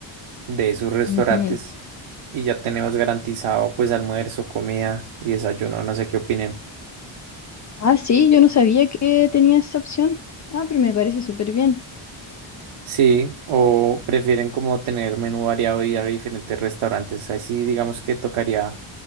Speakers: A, on the right; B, on the left.
A: de esos restaurantes
B: Ujú.
A: y ya tenemos garantizado pues almuerzo, comida y desayuno, no sé qué opinen.
B: Ah, sí, yo no sabía que tenía esa opción. Ah, pero me parece súper bien.
A: Sí, o prefieren como tener menú variado y ir a diferentes restaurantes. Así digamos que tocaría